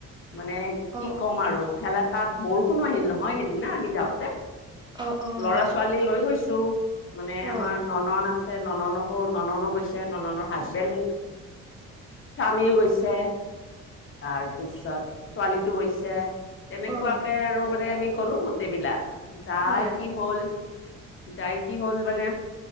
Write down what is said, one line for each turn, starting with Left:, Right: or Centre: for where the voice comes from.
Left: মানে কি
Right: অ
Left: ক'ম আৰু ইফালে তাত বৰষুণো আহিল নহয় সেইদিনা আমি যাওঁতে
Right: অ অ
Left: লৰা ছোৱালী লৈ গৈছো মানে
Right: অ
Left: আমাৰ ন নন আছে নননকো নননো গৈছে নননৰ হাজবেণ্ড স্বামীও গৈছে তাৰ পিছত ছোৱালীটো গৈছে তেনেকুৱাকে
Right: অ
Left: আৰু মানে আমি গলো গোটেইবিলাক যাই
Right: হয়
Left: কি হ'ল যাই কি হ'ল মানে